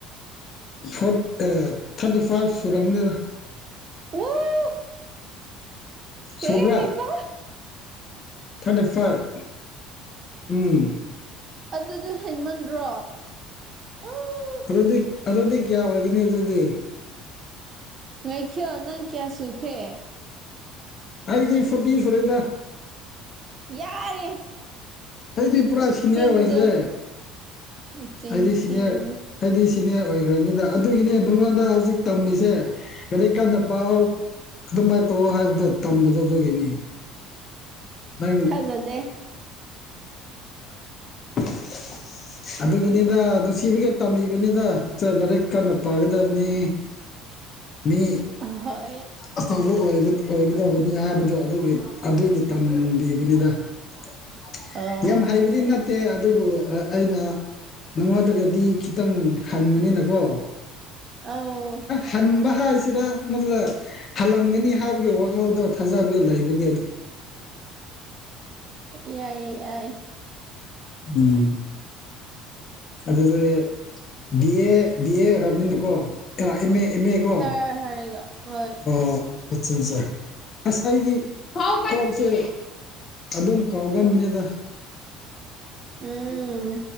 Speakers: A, on the left; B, on the right.
A: ꯐꯣꯔ ꯊꯥꯔꯇꯤ ꯐꯥꯁ ꯁꯨꯔꯅꯤ
B: ꯋꯥ
A: ꯁꯨꯕ꯭ꯔꯥ
B: ꯀꯦ ꯍꯥꯏꯕ
A: ꯊꯥꯔꯇꯤ ꯐꯥꯏꯚ ꯎꯝ
B: ꯑꯗꯨꯗꯣ ꯍꯦꯟꯃꯟꯗ꯭ꯔꯣ ꯑꯣ
A: ꯑꯗꯨꯗꯤ ꯑꯗꯨꯗꯤ ꯀꯌꯥ ꯑꯣꯏꯒꯅꯤ ꯑꯗꯨꯗꯤ
B: ꯉꯥꯏꯈꯌꯣ ꯅꯪ ꯀꯌꯥ ꯁꯨꯈ꯭ꯔꯦ
A: ꯑꯩꯗꯤ ꯐꯣꯔꯇꯤ ꯁꯨꯔꯦꯗ
B: ꯌꯥꯔꯦ
A: ꯑꯩꯗꯤ ꯄꯨꯔꯥ
B: ꯃꯆꯤꯡꯗꯣ
A: ꯁꯤꯅꯤꯌꯔ ꯑꯣꯏꯈ꯭ꯔꯦ
B: ꯃꯆꯤꯡ
A: ꯑꯩꯗꯤ
B: ꯊꯤꯒꯅꯨ
A: ꯁꯤꯅꯤꯌꯔ ꯍꯥꯏꯗꯤ ꯁꯤꯅꯦ ꯑꯣꯏꯈ꯭ꯔꯕꯅꯤꯗ ꯑꯗꯨꯒꯤꯅꯦ ꯅꯉꯣꯟꯗ ꯍꯧꯖꯤꯛ ꯇꯝꯃꯤꯁꯦ ꯀꯗ ꯀꯟꯅ ꯄꯥꯎ ꯑꯗꯨꯃꯍꯥꯏꯅ ꯇꯧꯑꯣ ꯍꯥꯏꯕꯗꯣ ꯇꯝꯕꯗꯣ ꯑꯗꯨꯒꯤꯅꯤ ꯅꯪ
B: ꯖꯗꯦ
A: <inaudible> ꯑꯗꯨꯒꯤꯅꯤꯗ ꯅꯨꯡꯁꯤꯕꯒꯤ ꯇꯝꯃꯤꯕꯅꯤꯗ ꯂꯥꯏꯔꯤꯛ ꯀꯟꯅ ꯄꯥꯒꯗꯕꯅꯤ ꯃꯤ
B: ꯑꯍꯣꯏ
A: ꯑꯐꯧꯕ ꯑꯣꯏꯒꯗꯕꯅꯤ ꯍꯥꯏꯕꯗꯣ ꯑꯗꯨꯒꯤ ꯑꯗꯨꯒꯤ ꯇꯝꯕꯤꯕꯅꯤꯗ ꯑ
B: ꯑ
A: ꯌꯥꯝ ꯍꯩꯕꯗꯤ ꯅꯠꯇꯦ ꯑꯗꯨꯕꯨ ꯑꯩꯅ ꯅꯪꯉꯣꯟꯗꯒꯗꯤ ꯈꯤꯇꯪ ꯍꯟꯕꯅꯤꯅꯀꯣ
B: ꯑꯧ
A: ꯍꯟꯕ ꯍꯥꯏꯁꯤꯔ ꯃꯗꯨꯗ ꯍꯜꯂꯝꯒꯅꯤ ꯍꯥꯏꯕꯒꯤ ꯋꯥꯈꯜꯗꯣ ꯊꯥꯖꯕ ꯂꯩꯕꯅꯤ
B: ꯌꯥꯏꯌꯦ ꯌꯥꯏ
A: ꯎꯝ ꯑꯗꯨꯗꯤ ꯕꯤ ꯑꯦ ꯕꯤ ꯑꯦ ꯑꯣꯏꯔꯕꯅꯤꯅꯀꯣ ꯑ ꯑꯦꯝ ꯑꯦ ꯑꯦꯝ ꯑꯦ ꯀꯣ
B: ꯍꯥꯏꯔ ꯍꯥꯏꯔꯒ ꯍꯣꯏ
A: ꯑꯣ ꯑꯠ ꯑꯠꯆꯥ ꯑꯁ ꯑꯩꯗꯤ ꯀꯣꯛꯁꯦ ꯑꯗꯨꯝ ꯀꯥꯎꯒꯟꯕꯅꯤꯗ
B: ꯎꯝ